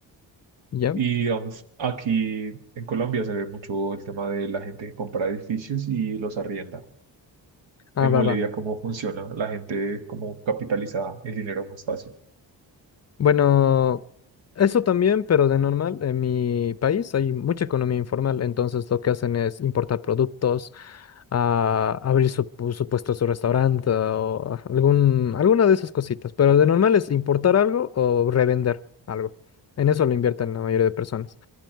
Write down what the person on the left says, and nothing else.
ya.
Ah,
va,
va.
Bueno, eso también, pero de normal, en mi país hay mucha economía informal, entonces lo que hacen es importar productos, ah, abrir su, pu- su puesto, su restaurante o ah, algún, alguna de esas cositas, pero de normal es importar algo o revender algo. En eso lo invierten la mayoría de personas.